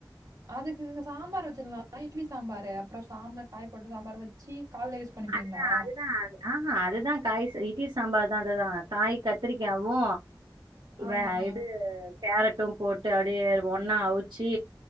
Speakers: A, on the right (about 45°); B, on the right (about 70°).
A: அதுக்கு சாம்பார் வச்சிட்லா இட்லி சாம்பாரு அப்புறோ சாம்பார் காய் போட்டு சாம்பார் வச் சி கால்ல யூஸ் பண்ணிப்பீங்களா
B: அதுதா அதுதா ஆஹா அதுதா காய் இட்லி சாம்பார் தா அதுதா காய் கத்திரிக்காவு
A: ஆ
B: வே
A: ஆ
B: இது கேரட்டு போட்டு அப்டியே ஒன்னா அவிச்சு